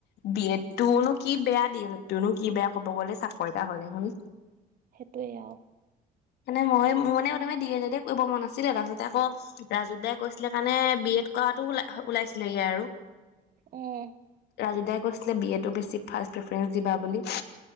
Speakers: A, on the left; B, on the right.
A: বি এড টোনো কি বেয়া ড এড নো কি বেয়া কব গ'লে চাকৰিটা হলে শুন
B: সেইটোৱে আৰু
A: মানে মই মোৰ মানে প্ৰমে ডি এন এড কৰিব মন নাছিলে তাৰপিছতে আকৌ ৰাজহাই কৈছিলে কাৰণে বি এড কৰাটো ল ওলাইছিলেগে আৰু
B: উম।
A: ৰাজুদাই কৈছিলে বি এ তটো বেছি ফাৰ্ষ্ট প্ৰেফাৰেন্ঞ্চ দিবা বুলি।